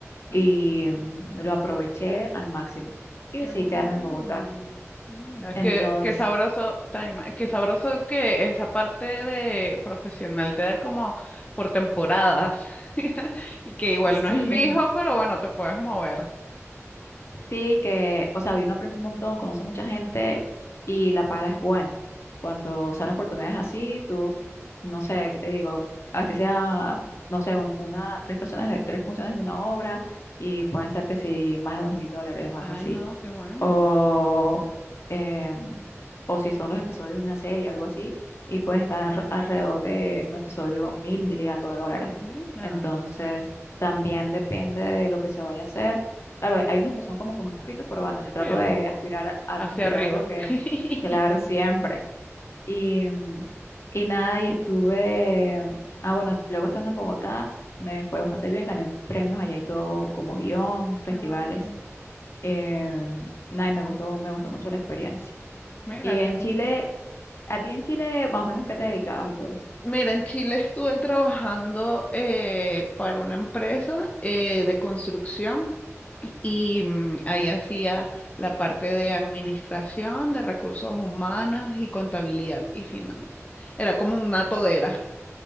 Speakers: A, on the left (about 60°); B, on the left (about 25°).
A: y
B: Ah, qué bueno.
A: mm, lo aproveché al máximo y
B: qué
A: decidí
B: bueno.
A: quedarme en Bogotá.
B: Mira,
A: Entonces,
B: qué, qué sabroso, Taima, qué sabroso que esa parte de profesional te da como por temporadas <laughs> y que igual
A: <laughs> sí.
B: no es fijo, pero bueno, te puedes mover.
A: Sí, que, o sea, uno aprende un montón, conoce mucha gente y la paga es buena. Cuando salen oportunidades así, tú, no sé, ¿qué te digo? Así sea, no sé, un- una, tres funciones de, tres funciones de una obra y pueden ser que sí, más de dos mil dólares o
B: Ay,
A: algo así
B: no, qué bueno.
A: o, eh, o si son los episodios de una serie, algo así, y puede estar alrededor de un episodio mil, mil y algo de dólares.
B: Mira,
A: Entonces, también depende de lo que se vaya a hacer. Claro, hay hay unos que son como, como muy poquitos, pero bueno, yo trato
B: creo,
A: de aspirar a, al-
B: hacia
A: aspirar
B: arriba.
A: a lo que,
B: <laughs>
A: que hago siempre. Y, mm, y nada, y estuve, ah, bueno, luego estando en Bogotá, me fue bastante bien, gané premios allá y todo como guión, festivales.
B: Qué bueno.
A: Eh, nada, y me gustó, me gustó mucho la experiencia.
B: Mira,
A: Y en
B: qué
A: Chile,
B: bueno.
A: ¿a ti en Chile más o menos qué te dedicabas y todo eso?
B: Mira, en Chile estuve trabajando eh, para una empresa eh, de construcción y mm, ahí hacía la parte de administración, de recursos humanos y contabilidad y finanzas. Era como una todera.